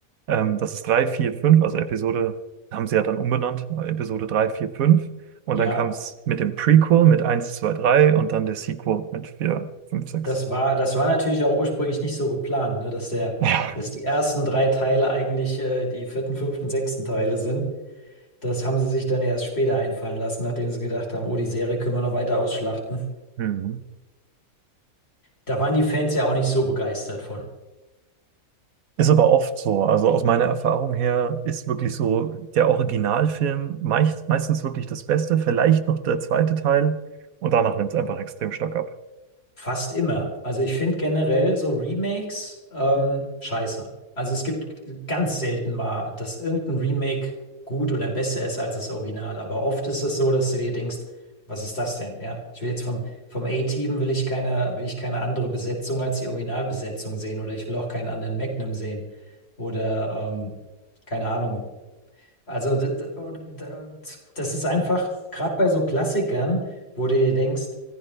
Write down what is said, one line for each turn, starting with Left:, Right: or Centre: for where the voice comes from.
Right: Ähm, das ist 3, 4, 5. also Episode, haben sie ja dann umbenannt, äh, Episode 3, 4, 5. Und
Left: Ja.
Right: dann kam es mit dem Prequel mit eins, 2, 3 und dann der Sequel mit vier, fünf, sechs.
Left: Das war, das war natürlich auch ursprünglich nicht so geplant, ne, dass der,
Right: Ja.
Left: dass die ersten drei Teile eigentlich äh, die vierten, fünften, sechsten Teile sind. Das haben sie sich dann ja erst später einfallen lassen, nachdem sie gedacht haben, oh, die Serie können wir noch weiter ausschlachten.
Right: Mhm.
Left: Da waren die Fans ja auch nicht so begeistert von.
Right: Ist aber oft so. Also aus meiner Erfahrung her ist wirklich so der Originalfilm meist, meistens wirklich das Beste, vielleicht noch der zweite Teil und danach nimmt es einfach extrem stark ab.
Left: Fast immer. Also ich finde generell so Remakes ähm, scheiße. Also es gibt ganz selten mal, dass irgendein Remake gut oder besser ist als das Original. Aber oft ist es so, dass du dir denkst, was ist das denn? Ja, ich will jetzt vom, vom A-Team will ich keine, will ich keine andere Besetzung als die Originalbesetzung sehen oder ich will auch keinen anderen Magnum sehen oder ähm, keine Ahnung. Also d- d- und- d- das ist einfach, gerade bei so Klassikern, wo du dir denkst,